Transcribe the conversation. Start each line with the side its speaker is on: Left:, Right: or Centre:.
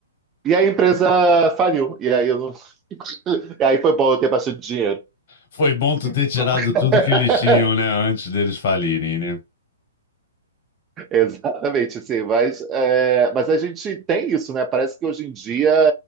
Right: E aí a empresa faliu, e aí eu não... <laughs> E aí foi bom eu ter bastante dinheiro.
Left: foi bom tu
Right: Então,
Left: ter tirado
Right: <laughs>
Left: tudo que eles tinham, né, antes deles falirem, né?
Right: Exatamente, assim, mas, é, mas a gente tem isso, né? Parece que hoje em dia,